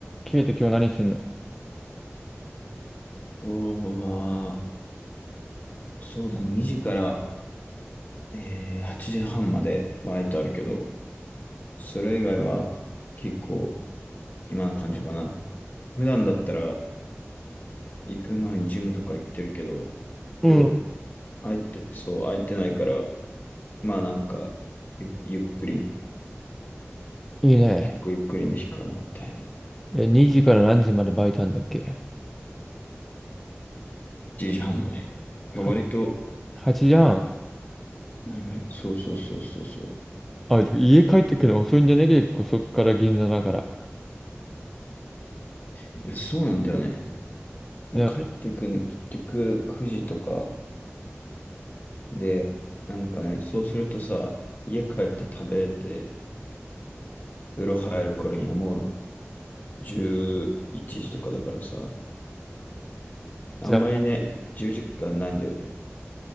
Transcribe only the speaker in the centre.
ケイト今日何すんの
うん。
いいね。
え、2時から何時までバイトなんだっけ
は、
8じゃん。
あ、でも家帰ってくるの遅いんじゃね結構そっから銀座だから。
でも、
じゃあ、